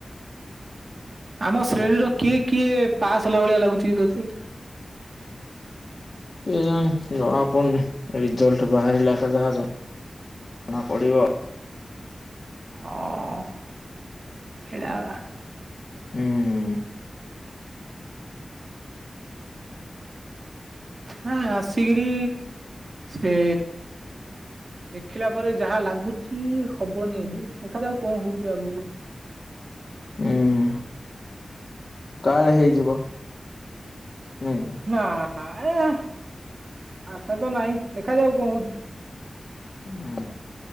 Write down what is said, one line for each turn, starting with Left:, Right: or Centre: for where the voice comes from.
Right: ଆମ ଶ୍ରେଣୀର କିଏ କିଏ ପାସ୍ ହେଲା ଭଳିଆ ଲାଗୁଛି କି ତତେ?
Left: କିଏ ଜାଣି ଜଣାପଡୁନି ରିଜଲ୍ଟ ବାହାରିଲେକା ଯାହା ଜ ଣାପଡ଼ିବ।
Right: ହଁ ସେଇଟା ପା।
Left: ହୁଁ।
Right: ନା ନା ସିଡି ସେ ଦେଖିଲା ପରେ ଯାହା ଲାଗୁଚି ହବନି ବେଲି ଦେଖାଯାଉ କଣ ହଉଛି ଆଗକୁ।
Left: ହୁଁ ତାଲେ ହେଇଯିବ। ନାଇଁ କି?
Right: ନା ଆଁଏ ହେ, ଆଶା ତ ନାହିଁ। ଦେଖାଯାଉ କଣ ହଉଛି?
Left: ହଁ